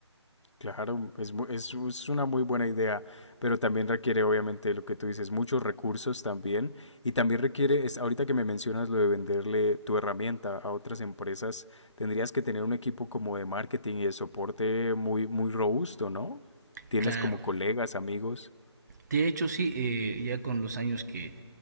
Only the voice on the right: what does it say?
Claro.
De hecho, sí, eh, ya con los años que